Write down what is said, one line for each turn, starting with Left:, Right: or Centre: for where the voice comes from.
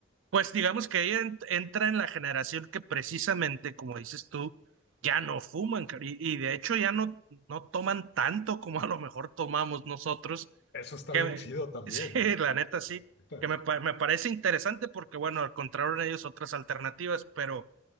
Right: Pues digamos que ella ent- entra en la generación que precisamente, como dices tú, ya no fuman car- y, y de hecho ya no, no toman tanto como a lo mejor tomamos nosotros,
Left: eso está
Right: que
Left: bien
Right: me-
Left: chido
Right: <laughs>
Left: también,
Right: sí,
Left: ¿eh?
Right: la neta sí,
Left: La neta.
Right: que me, pa- me parece interesante porque bueno, encontraron ellos otras alternativas, pero